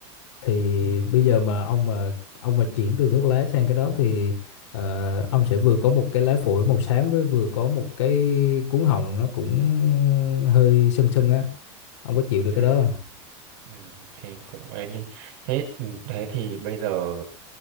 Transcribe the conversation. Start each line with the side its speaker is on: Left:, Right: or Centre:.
Left: thì
Right: ừ.
Left: bây giờ mà ông mà ông mà chuyển từ thuốc lá sang cái đó thì ờ, ông sẽ vừa có một cái lá phổi màu xám với vừa có một cái cuống họng nó cũng hơi sưng sưng á ông có chịu được
Right: Ừ.
Left: cái đó không
Right: Ừ. thì cũng ấy đi thế ừ, thế thì bây giờ